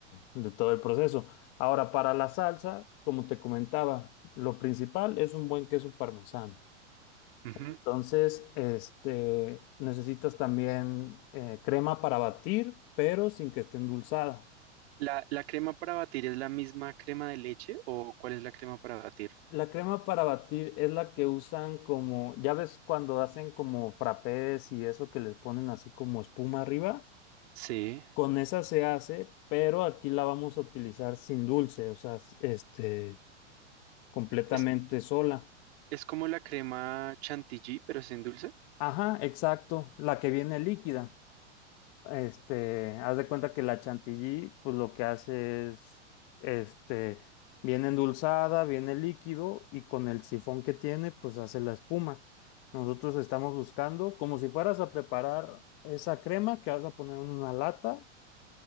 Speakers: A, on the left (about 35°); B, on the right (about 60°).
A: de todo el proceso. Ahora, para la salsa, como te comentaba, lo principal es un buen queso parmesano.
B: ujú.
A: Entonces, este, necesitas también eh, crema para batir, pero sin que esté endulzada.
B: ¿La, la crema para batir es la misma crema de leche o cuál es la crema para batir?
A: La crema para batir es la que usan como, ya ves cuando hacen como frappés y eso que les ponen así como espuma arriba.
B: Sí.
A: Con esa se hace, pero aquí la vamos a utilizar sin dulce, o sea, s- este, completamente
B: Es,
A: sola.
B: es como la crema chantilly, pero sin dulce.
A: Ajá, exacto, la que viene líquida. Este, haz de cuenta que la chantilly, pues lo que hace es, este, viene endulzada, viene líquido y con el sifón que tiene, pues hace la espuma. Nosotros estamos buscando, como si fueras a preparar esa crema que vas a poner en una lata,